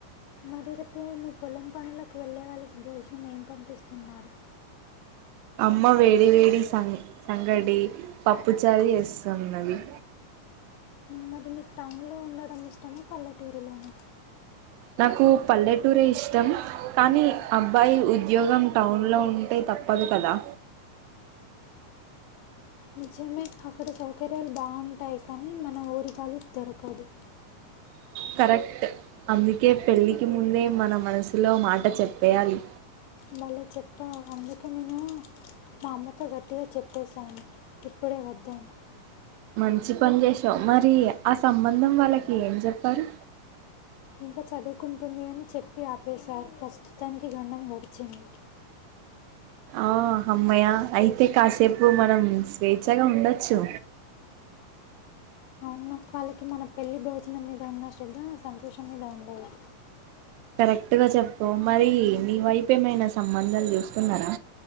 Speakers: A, on the left; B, on the right.
A: మరి రిపుడు మీ పొలం పనులకు వెళ్ళేవాళ్లకి భోజనం ఏం పంపిస్తున్నారు
B: అమ్మ వేడి వేడి సంగ్ సంగడి పప్పుచారూ చేస్తూన్నది
A: మరి నీకు టౌన్లో ఉండడం ఇష్టమా పల్లెటూరులోనా
B: నాకు పల్లెటూరే ఇష్టం కానీ అబ్బాయి ఉద్యోగం టౌన్లో ఉంటే తప్పదు కదా
A: నిజమే అక్కడ సౌకర్యాలు బాగుంటాయి కానీ మన ఊరికాలీ దొరకదు
B: కరెక్ట్ అందుకే పెళ్ళికి ముందే మన మనసులో మాట చెప్పేయాలి
A: మళ్ళీ చెప్పా అందుకే నేను మా అమ్మతో గట్టిగా చెప్పేశాను ఇప్పుడే వద్దని
B: మంచి పని చేసావు మరి ఆ సంబంధం వాళ్ళకి ఏం చెప్పారు
A: ఇంకా చదువ్ కుంటుంది అని చెప్పి ఆపేశారు ఫస్ట్ మొత్తానికి గండం గడిచింది
B: ఆ అమ్మయ అయితే కాసేపు మనం స్వేచ్ఛగా ఉండచ్చు
A: మ్మ్ వాళ్ళకి మన పెళ్ళి భోజనం మీద ఉన్న శ్రద్ధ సంతోషం మీద ఉండదు
B: కరెక్ట్గా చెప్పవ్ మరి నీ వైపు ఏమైనా సంబంధాలు చూస్తున్నారా